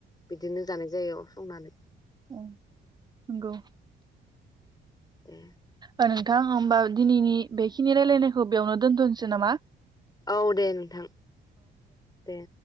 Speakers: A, on the left (about 20°); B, on the right (about 20°).
A: बिदिनो जानाय जायो संनानै
B: औ नंगौ
A: दे
B: नोंथां होमबा दिनैनि बेखिनि रायलायनायखौ बेयावनो दोन्थ'नोसै नामा
A: औ दे नोंथां दे